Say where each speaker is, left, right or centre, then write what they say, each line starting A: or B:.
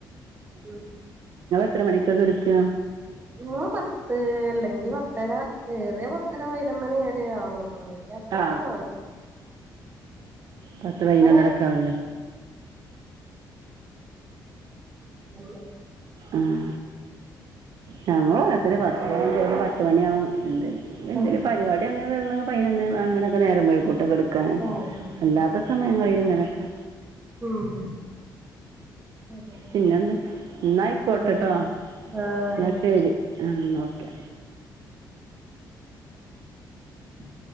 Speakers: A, on the right; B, on the right.
A: ഉ
B: എത്ര മണികാ കെടക്ക?
A: ഞങ്ങള് പത്ത് അല്ലെങ്കിൽ പത്തര ഏറിയ പത്തര പൈ നൊന്നണിആവുള്ള പ്പ
B: ആ
A: <unintelligible>
B: പത്ത് പതിനൊന്നരയൊക്കെ
A: വർത്തെ
B: ആവുമല്ലേ
A: <unintelligible>
B: ഉം ഞങ്ങളുംഅങ്ങൻതന്നെപത്ത്
A: ചെയ്യണം.
B: മണിയാകും എന്ത എന്തേലും
A: ആഹ്.
B: പരിപാടി അങ്ങനെ അതിനെ അങ്ങനൊക്കെ നേരം പോഴക്കിക്കട്ടും ഒട്ടെടുക്കാൻ
A: ആഹ്.
B: അല്ലാത്ത സമയങ്ങളിൽ ഇങ്ങനൊക്കെ
A: ഉം. അതെ.
B: പിന്നെന്താ നയിക്കോട്ടട്ടോ
A: ശരി. ആഹ് ആയിക്കോട്ടെ.
B: എന്നാ ശരി ആഹ നോക്കെ
A: യ